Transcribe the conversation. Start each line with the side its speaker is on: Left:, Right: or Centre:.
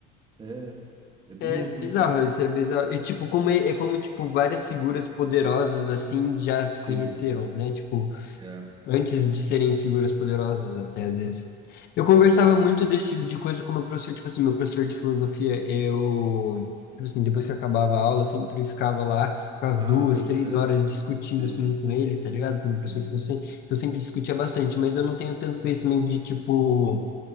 Right: é, é bem
Left: É
Right: louco
Left: bizarro,
Right: isso, pô.
Left: isso é bizarro. E, tipo, como é, é como, tipo, várias figuras poderosas, assim, já se
Right: Sim,
Left: conheceram, né? Tipo,
Right: é,
Left: antes de serem figuras poderosas, até, às vezes. Eu conversava
Right: exato.
Left: muito desse tipo de coisa com meu professor, tipo assim, meu professor de filosofia, eu... Tipo assim, depois que acabava a aula, eu sempre ficava lá, ficava
Right: Ah,
Left: duas,
Right: pode
Left: três
Right: crer.
Left: horas discutindo,
Right: Sim.
Left: assim, com ele, tá ligado? Com o meu
Right: Sim.
Left: professor de filosofia. Então, eu sempre discutia bastante, mas eu não tenho tanto conhecimento de, tipo...